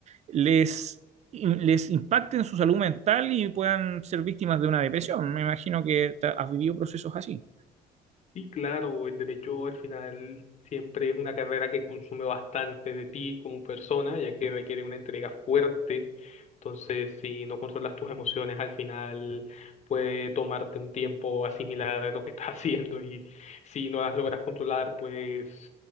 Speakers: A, on the right; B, on the left.
A: les, les impacte en su salud mental y puedan ser víctimas de una depresión. Me imagino que has vivido procesos así.
B: Y claro, el derecho al final siempre es una carrera que consume bastante de ti como persona, ya que requiere una entrega fuerte. Entonces, si no controlas tus emociones, al final puede tomarte un tiempo asimilar lo que estás <laughs> haciendo y si no las logras controlar, pues